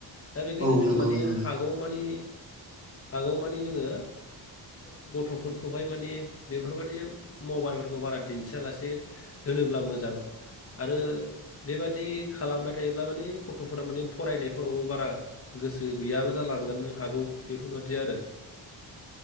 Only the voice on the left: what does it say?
दा बेखायनो
जोङो
माने
हागौ मानि हागौ मानि जोङो ओ गथ'फोरखौहाय माने बेफोरबाददि मबाइलफोरखौ बारा दिन्थियालासे दोनोब्ला मोजां आरो बेबादि खालामबाय थायोब्ला माने गथ'फोरा माने फरायनायफोरावबो बारा गोसो गैयाबो जालांगोन हागौ बेफोरबादि आरो।